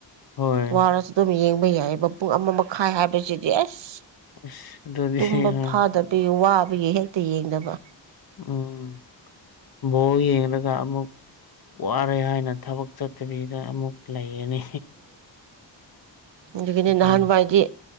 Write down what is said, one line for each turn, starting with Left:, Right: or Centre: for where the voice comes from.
Left: ꯍꯣꯏ
Right: ꯋꯥꯔꯁꯨ ꯑꯗꯨꯝ ꯌꯦꯡꯕ ꯌꯥꯏꯑꯕ ꯄꯨꯡ ꯑꯃ ꯃꯈꯥꯏ ꯍꯥꯏꯕꯁꯤꯗꯤ ꯑꯁ
Left: ꯑꯁ ꯑꯗꯨꯗꯤ
Right: ꯇꯨꯝꯕ
Left: ꯍꯣꯏ
Right: ꯐꯥꯗꯕꯒꯤ ꯋꯥꯕꯒꯤ ꯍꯦꯛꯇ ꯌꯦꯡꯗꯕ
Left: ꯎꯝ ꯕꯣꯜ ꯌꯦꯡꯅ ꯑꯃꯨꯛ ꯋꯥꯔꯦ ꯍꯥꯏꯅ ꯊꯕꯛ ꯆꯠꯇꯕꯤꯗ ꯑꯃꯨꯛ ꯂꯩꯔꯅꯤ
Right: ꯑꯗꯨꯒꯤꯅꯦ
Left: ꯑꯗꯨ
Right: ꯅꯍꯥꯟꯋꯥꯏꯗꯤ